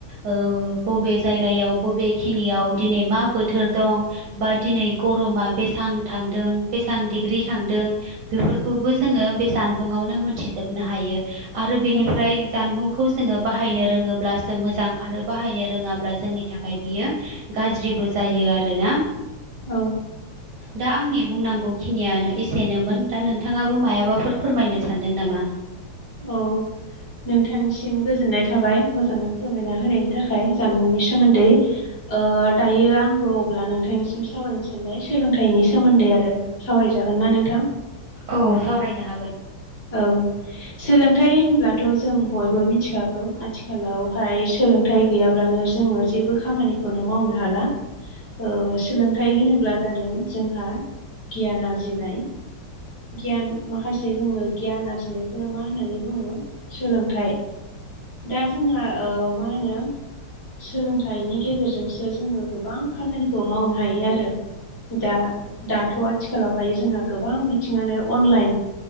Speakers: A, on the right; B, on the left.
A: ओ बबे जायगायाव बबेखिनियाव दिनै मा बोथोर दं बा दिनै गरमा बेसां थांदों। बेसेबां डिग्रि थांदों बेफोरखौबो जोङो बे जानबुङाआवनो मोनथिजोबनो हायो। आरो बेनिफ्राय
B: औ
A: जानबुं खौ जोङो बाहायनो रोङोब्लासो मोजां आरो बाहायनो रोङाब्ला जोंनि थाखाय बेयो गाज्रिबो जायो आरोना।
B: औ
A: दा आंनि बुंनांगौ खिनियानो एसेनोमोन। दा नोंथाङाबो मायाबाफोर फोरमायनो सानदों नामा?
B: औ। नोंथांनिसिम गोजोननाय थाबाय मोजाङै फोरमायना होनायनि थाखाय जानबुंनि सोमोन्दै। ओ दायो आंबो अब्ला नोंथांनिसिम सावरायनो सानबाय सोलोंथाइनि सोमोन्दै आरो। सावराय जागोनना नोंथां?
A: औ सावरायनो हागोन।
B: औ। सोलोंथाइ होनब्लाथ' जों बयबो मिथिखागौ आथिखालावहाय सोलों थाय गैयाब्लानो जोङो जेबो खामानिखौनो मावनो हाला। ओ सोलोंथाइ होनोब्ला जादों जोंहा गियान आरजिनाय। गियान माखासे जोङो गियान आरजिनायखौनो मा होननानै बुङो सोलोंथाइ। दा जोंहा ओ मा होनो सोलोंथाइनि गेजेरजोंसो जोङो गोबां खामानिखौ मावनो हायो आरो। दा दाथ' आथिखालावहाय जोंहा गोबां बिथिङानो अनलाइन।